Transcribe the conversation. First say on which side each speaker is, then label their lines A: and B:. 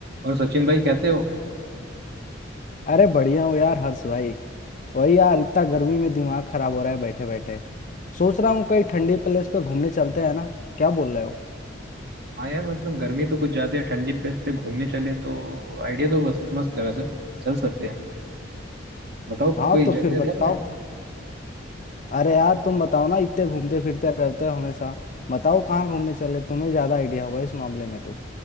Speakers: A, on the right; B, on the left.
A: और सचिन भाई कैसे हो
B: अरे बढ़िया हूँ यार हर्ष भाई वही यार इतना गर्मी में दिमाग खराब हो रहा है बैठे बैठे सोच रहा हूँ कहीं ठंडी प्लेस पे घूमने चलते हैं ना क्या बोल रहे हो
A: हाँ यार मतलब गर्मी तो कुछ ज्यादा है ठंडी प्लेस पे घूमने चले तो आइडिया तो बस मस्त है वैसे चल सकते हैं बताओ
B: हाँ
A: कोई
B: तो
A: जगह
B: फिर
A: है
B: बताओ
A: ध्यान में
B: अरे यार तुम बताओ ना इतने घूमते फिरते रहते हो हमेशा बताओ कहाँ घूमने चले तुम्हें ज्यादा आइडिया होगा इस मामले में तो